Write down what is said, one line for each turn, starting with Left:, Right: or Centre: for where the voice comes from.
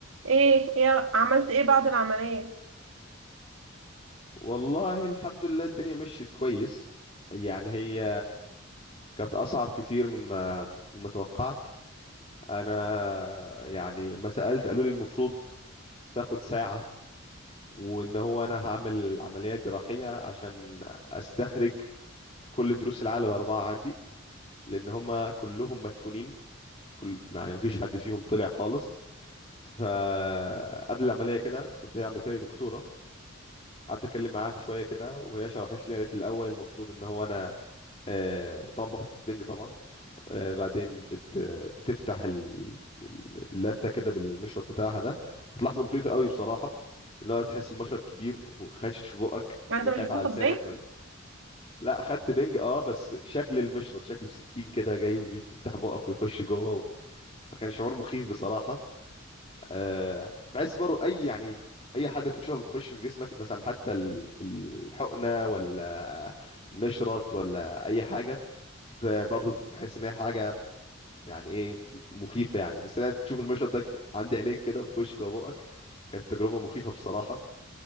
Right: ايه ايه عملت ايه بعد العملية
Left: والله الحمد لله الدنيا مشيت كويس يعني هي كانت أصعب كتير مما مما توقعت أنا يعني ما سألت قالوا لي المفروض تاخد ساعة وإن هو أنا هعمل عملية جراحية عشان أستخرج كل دروس العقل الأربعة عندي لأن هما كلهم مدفونين كل يعني مفيش حد فيهم طلع خالص فقبل العملية كده كانت هي عملت لي دكتورة قعدت اتكلم معاها شويه كده وهي شرحت لي قالت لي الاول المفروض ان هو انا آه، طبعا باخد بنج طبعا آه، بعدين بت بتفتح ال- ال- اللثه كده بالمشرط بتاعها ده كانت لحظه مخيفه قوي بصراحه اللي هو تحس المشرط كبير وخش في بقك
Right: ما
Left: تبقى
Right: انت مش
Left: خايف
Right: بتاخد
Left: على لسانك
Right: بيه
Left: ولا لا خدت بنج اه بس شكل المشرط شكل سكين كده جاي وبيفتح بقك ويخش جوه و... فكان شعور مخيف بصراحه آه بحس برضه اي يعني اي حاجه تشوفها بتخش في جسمك مثلا حتى ال- الحقنه ولا مشرط ولا اي حاجه ب- برضه بتحس ان هي حاجه يعني ايه م- مخيفه يعني بس انا تشوف المشهد ده ج- عندي عينيك كده بيخش جوه بقك كانت تجربه مخيفه بصراحه